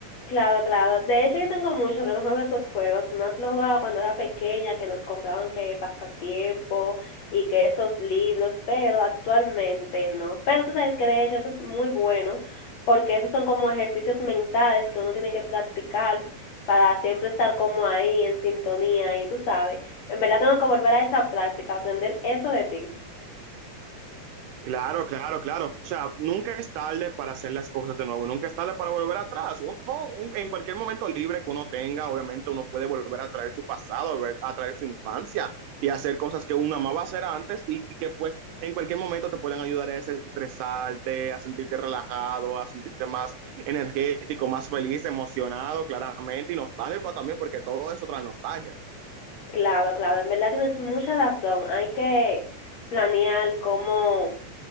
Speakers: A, on the left; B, on the right.
A: Claro, claro. De hecho, yo tengo mucho que no juego esos juegos. Más los jugaba cuando era pequeña, que nos compraban que pasatiempo y que esos libros, pero actualmente no. Pero tú sabes que de hecho eso es muy bueno, porque esos son como ejercicios mentales que uno tiene que practicar para siempre estar como ahí en sintonía. Y tú sabes, en verdad tengo que volver a esa práctica, aprender eso de ti.
B: Claro, claro, claro. O sea, nunca es tarde para hacer las cosas de nuevo, nunca es tarde para volver atrás. Uno, un- en cualquier momento libre que uno tenga, obviamente uno puede volver a traer su pasado, volver a traer su infancia y hacer cosas que uno amaba hacer antes y que pues en cualquier momento te pueden ayudar a desestresarte, a sentirte relajado, a sentirte más energético, más feliz, emocionado, claramente, y nostálgico también, porque todo eso trae nostalgia.
A: Claro, claro. En verdad tienes mucha razón. Hay que planear cómo